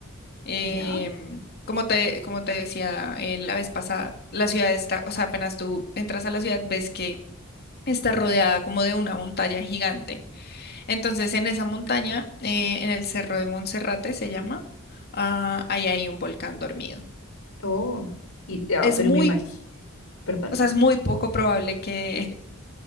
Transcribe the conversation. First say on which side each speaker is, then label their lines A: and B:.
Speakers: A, on the left (about 50°); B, on the left (about 80°).
A: Em,
B: ¿Ya?
A: como te, como te decía eh, la vez pasada, la ciudad está, o sea, apenas tú entras a la ciudad, ves que está rodeada como de una montaña gigante. Entonces, en esa montaña, eh, en el Cerro de Monserrate se llama, ah, ahí hay un volcán dormido.
B: Oh, y, ah,
A: Es
B: pero
A: muy,
B: me imagino, perdón,
A: o sea, es muy poco probable que,